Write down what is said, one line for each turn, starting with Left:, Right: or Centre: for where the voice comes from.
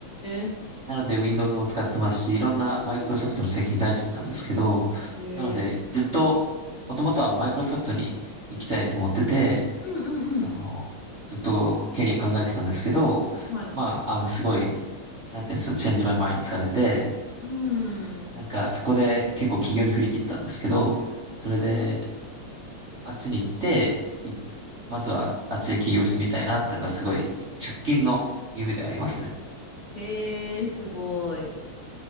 Left: え。
Right: なので、Windows も使ってますし、いろんなマイクロソフトの製品大好きなんですけど、
Left: うん。へえ。
Right: なので、
Left: うん
Right: ずっと、もともとはマイクロソフトに行きたいと思ってて、
Left: うんうん。
Right: あの、ずっとキャリア考えてたんですけど、
Left: はい。
Right: まあ、あの、すごい、なんていうんですか、チェンジマイマインドされて、
Left: うん。うん
Right: なんか、そこで結構起業に振り切ったんですけど、それで、
Left: うん。
Right: あっちに行って、いまずはあっちで起業してみたいなってのがすごい直近の夢ではありますね。
Left: へえ、すごい。